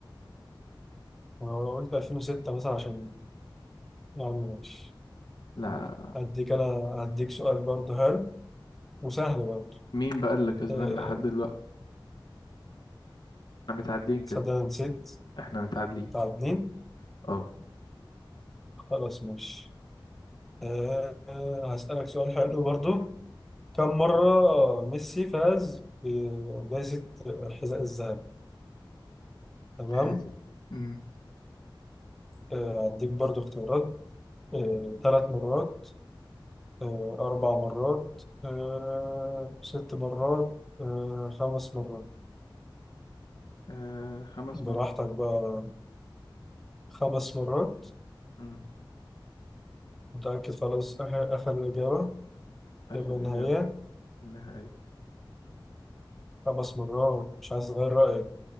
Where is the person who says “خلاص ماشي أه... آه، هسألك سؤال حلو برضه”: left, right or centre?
Centre